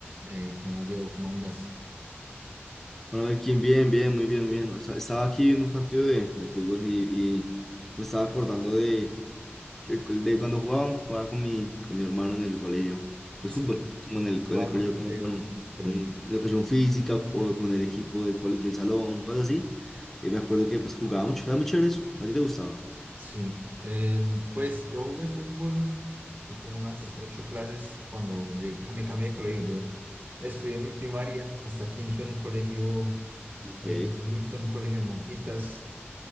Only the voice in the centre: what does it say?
Hola Melkin, bien, bien, muy bien, muy bien. Esta- Estaba aquí en un partido de, de fútbol y, y me estaba acordando de, que- de cuando jugaba, jugaba con mi, con mi hermano en el colegio. Pues
fútbol, como en el,
en el colegio,
como con,
con educación
física o con el equipo del, cole- del salón, cosas así. Y me acuerdo que pues jugaba mucho, era muy chévere eso. ¿A ti te gustaba?
Ok,